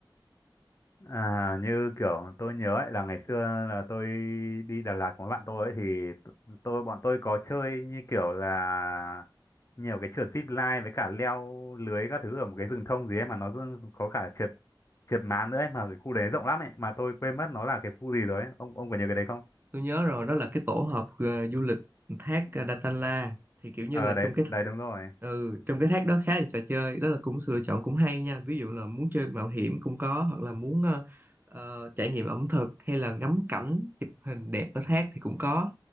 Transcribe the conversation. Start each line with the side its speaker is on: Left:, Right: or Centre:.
Left: à, như kiểu tôi nhớ ấy là ngày xưa là tôi đi Đà Lạt cùng với bạn tôi ấy thì t- tôi bọn tôi có chơi như kiểu là nhiều cái trượt zip line với cả leo lưới các thứ ở một cái rừng thông gì ấy mà nó dưng- có cả trượt trượt máng nữa ấy mà cái khu đấy rộng lắm ấy mà tôi quên mất nó là cái khu gì rồi ấy. ông ông có nhớ cái đấy không
Right: tôi nhớ rồi đó là cái tổ hợp ờ, du lịch thác ờ, Datanla thì kiểu như
Left: ờ
Right: là
Left: đấy
Right: trong cái
Left: đấy đúng rồi
Right: ừ, trong cái thác đó khá là trò chơi đó là cũng sự lựa chọn cũng hay nha ví dụ là muốn chơi mạo hiểm cũng có hoặc là muốn ờ, ờ, trải nghiệm ẩm thực hay là ngắm cảnh chụp hình đẹp ở thác thì cũng có